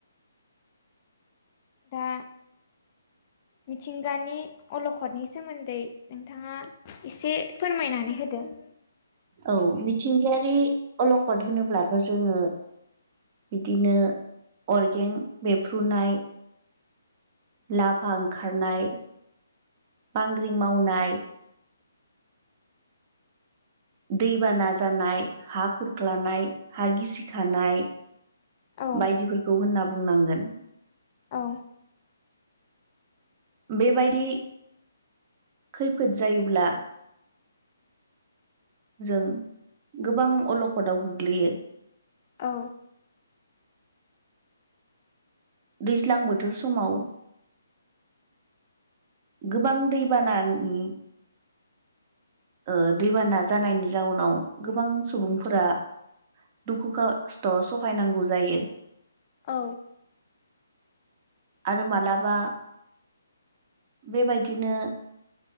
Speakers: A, on the left; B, on the right.
A: दा। मिथिंगानि अलखदनि सोमोन्दै नोंथाङा एसे फोरमायनानै होदो। <inaudible>
B: औ मिथिंगायारि अलखद होनोब्लाबो जोङो बिदिनो अर्गें बेफ्र्रुनाय। लाफा ओंखारनाय बांग्रिं मावनाय। दैबाना जानाय हा खुरख्लानाय हा गिसिखानाय।
A: औ
B: बायदिफोरखौ होनना बुंनांगोन।
A: औ।
B: बेबायदि। खैफोद जायोब्ला। जों गोबां अलखदाव गोग्लैयो
A: औ।
B: दैज्लां बोथोर समाव गोबां दैबानानि ओ दैबाना जानायनि जाउनाव गोबां सुबुंफोरा दुखु खस्थ' सहायनांगौ जायो।
A: औ।
B: आरो मालाबा बेबायदिनो